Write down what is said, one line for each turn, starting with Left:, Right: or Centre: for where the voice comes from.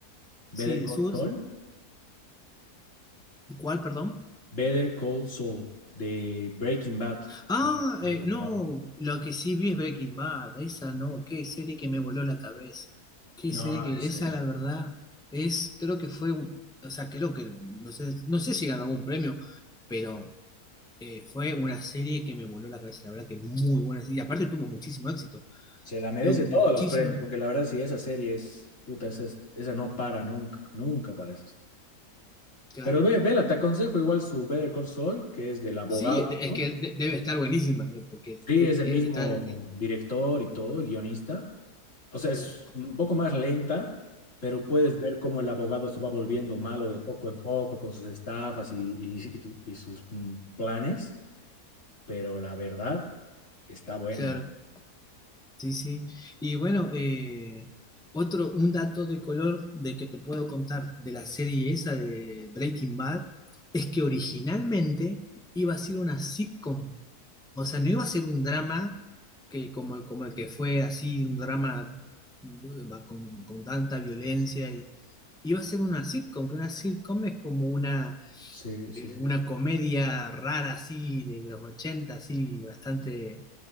Left: Better
Centre: sí,
Left: Call
Centre: Suits,
Left: Saul,
Centre: ¿cuál, perdón?
Left: Better Call Saul de Breaking Bad.
Centre: Ah,
Left: El-
Centre: eh, no,
Left: wow.
Centre: lo que sí vi es Breaking Bad, esa no, qué serie que me voló la cabeza, qué
Left: No,
Centre: serie que,
Left: ese,
Centre: esa la verdad, es, creo que fue, un- o sea, creo que, no sé, no sé si ganó algún premio, pero eh, fue una serie que me voló la cabeza, la verdad que muy buena, serie, y aparte tuvo muchísimo éxito,
Left: se la merece
Centre: tuvo
Left: todos
Centre: muchísimo,
Left: los premios, porque la verdad sí, esa serie es, puta, esa, es- esa no para nunca, nunca para esa serie.
Centre: claro,
Left: Pero ve, vela, te aconsejo igual su Better Call Saul, que es del abogado,
Centre: sí, de- es
Left: ¿no?
Centre: que de- debe estar buenísima, eh, porque
Left: Sí,
Centre: te-
Left: es el
Centre: eh,
Left: Sí. mismo
Centre: está,
Left: director y todo, guionista. O sea,
Centre: sí,
Left: es un poco más lenta, pero puedes ver cómo el abogado se va volviendo malo de poco en poco con sus estafas y, y- y- y sus mm, planes, pero la verdad está buena.
Centre: claro. Sí, sí. Y bueno, eh, otro, un dato de color de que te puedo contar de la serie esa de Breaking Bad es que originalmente iba a ser una sitcom. O sea, no iba a ser un drama que, como, el- como el que fue así, un drama eh, va con, con tanta violencia. Y, iba a ser una sitcom, que una sitcom es como una,
Left: Sí, sí,
Centre: eh,
Left: sí.
Centre: una comedia rara así de, de los 80 así bastante